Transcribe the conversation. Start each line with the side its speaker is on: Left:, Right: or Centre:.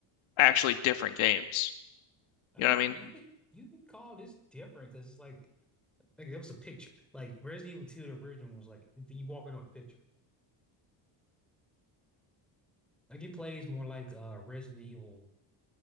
Left: actually different games.
Centre: I
Left: You
Centre: mean,
Left: know what I mean?
Centre: you could you could call this different because it's like like it was a picture. Like Resident Evil 2, the original was like you walking on a picture. Like it plays more like uh Resident Evil